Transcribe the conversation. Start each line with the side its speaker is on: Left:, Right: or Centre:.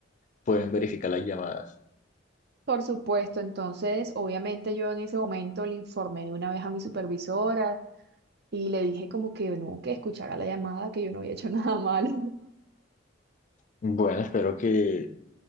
Left: pueden verificar las llamadas.
Right: Por supuesto, entonces, obviamente yo en ese momento le informé de una vez a mi supervisora y le dije como que no, que escuchara la llamada, que yo no había hecho nada malo.
Left: Bueno, espero que,